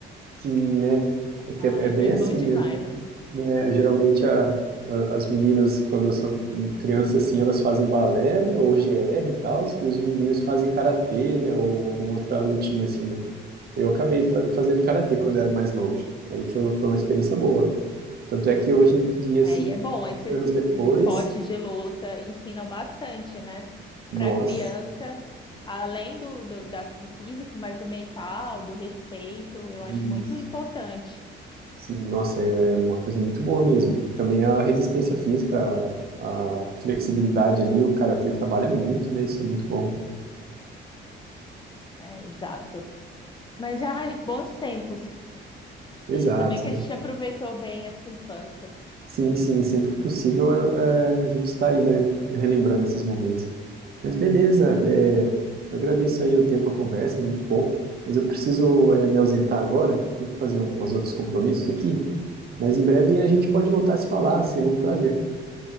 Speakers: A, on the right; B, on the left.
A: Sim, né? É que
B: Ai,
A: é, é bem
B: mas
A: assim
B: bom demais,
A: mesmo.
B: né?
A: né, geralmente a, a- as meninas, quando são crianças assim, elas fazem balé, né, ou GR e tal, e os meninos fazem karatê, né, ou alguma outra lutinha assim, né. Eu acabei fa- fazendo karatê quando eu era mais novo. Aí foi, foi uma experiência boa. Tanto é que hoje em dia,
B: É,
A: assim,
B: e é bom,
A: 20
B: esses,
A: anos
B: esses
A: depois,
B: esportes de luta ensinam bastante, né?
A: nossa,
B: Para a criança, além do, do, da- do físico, mas do mental, do respeito, eu
A: isso,
B: acho muito importante.
A: sim, nossa, é, é uma coisa muito boa mesmo. Também a resistência física, a, a flexibilidade ali, o karatê trabalha muito, né, isso é muito bom.
B: É, exato. Mas, ai, bons tempos.
A: Exato,
B: Ainda bem que
A: né.
B: a gente aproveitou bem essa infância.
A: Sim, sim, sempre que possível é, a gente está aí, né, relembrando esses momentos. Mas beleza, é, eu agradeço aí o tempo, a conversa, muito bom. Mas eu preciso é, me ausentar agora, tenho que fazer um- uns outros compromissos aqui. Mas em breve a gente pode voltar a se falar, seria um prazer.